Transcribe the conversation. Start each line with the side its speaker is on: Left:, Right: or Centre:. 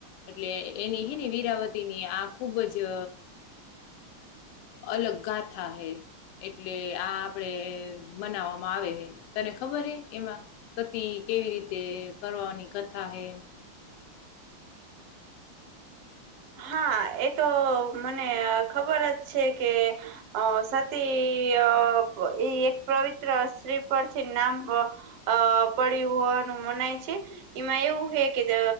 Left: એટલે એની હે ને વીરાવતી ની આ ખુબ જ અલગાથા હૈ! એટલે આ આપડે મનાવામાં આવે તને ખબર હે એમાં સતી કેવી રીતે કરવાની કથા હે?
Right: હા, એ તો મને ખબર જ છે કે અ સતી અઅ એ એક પવિત્ર સ્ત્રી પરથીન નામ અ પડ્યું. અ વાનું મનાય છે. એમાં એવું હે કે એ દ